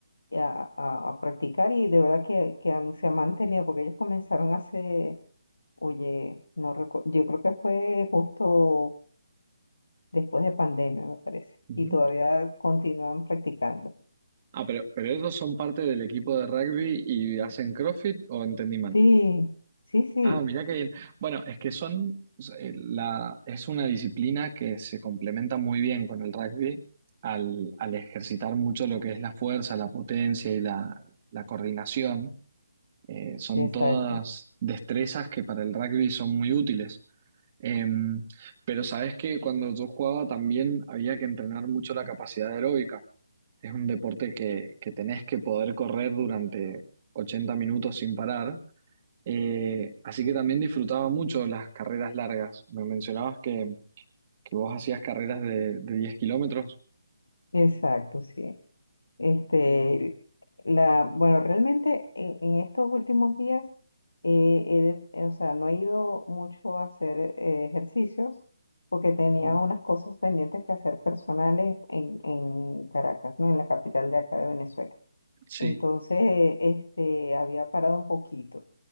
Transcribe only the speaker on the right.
Ujú.
Ah, pero, pero ellos son parte del equipo de rugby y hacen CrossFit o entendí mal.
Ah, mirá qué bien. Bueno, es que son, eh, la, es una disciplina que se complementa muy bien con el rugby al, al ejercitar mucho lo que es la fuerza, la potencia y la, la coordinación. Eh, son
todas destrezas que para el rugby son muy útiles. Em, pero sabes que cuando yo jugaba también había que entrenar mucho la capacidad aeróbica. Es un deporte que, que tenés que poder correr durante 80 minutos sin parar. Eh, así que también disfrutaba mucho las carreras largas. Me mencionabas que, que vos hacías carreras de, de 10 kilómetros.
Ujú.
Sí.